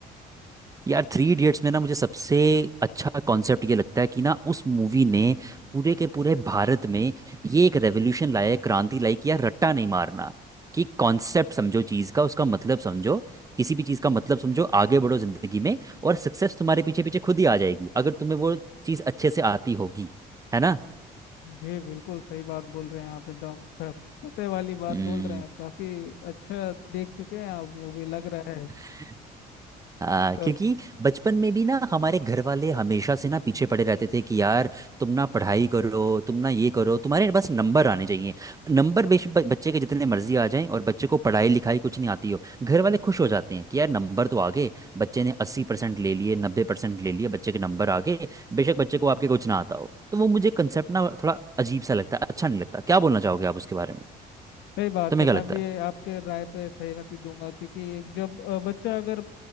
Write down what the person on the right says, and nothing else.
यार थ्री इडियट्स में ना मुझे सबसे अच्छा कॉन्सेप्ट ये लगता है कि ना उस मूवी ने पूरे के पूरे भारत में ये एक रेवोल्यूशन लाया है, क्रांति लाई कि यार रट्टा नहीं मारना कि कॉन्सेप्ट समझो चीज का उसका मतलब समझो किसी भी चीज का मतलब समझो आगे बढ़ो जिंदगी में और सक्सेस तुम्हारे पीछे पीछे खुद ही आ जाएगी अगर तुम्हें वो चीज अच्छे से आती होगी है ना
हम्म
<laughs> हाँ
क्योंकि बचपन में भी ना हमारे घर वाले हमेशा से ना पीछे पड़े रहते थे कि यार तुम ना पढ़ाई करो तुम ना ये करो तुम्हारे बस नंबर आने चाहिए नंबर बेशक ब- बच्चे के जितने मर्जी आ जाएं और बच्चे को पढ़ाई लिखाई कुछ नहीं आती हो घर वाले खुश हो जाते हैं कि यार नंबर तो आ गए बच्चे ने अस्सी परसेंट ले लिए नब्बे परसेंट ले लिए बच्चे के नंबर आ गए बेशक बच्चे को आपके कुछ ना आता हो तो वो मुझे कंसेप्ट ना थोड़ा अजीब सा लगता है अच्छा नहीं लगता क्या बोलना चाहोगे आप उसके बारे में
तुम्हें
क्या लगता
है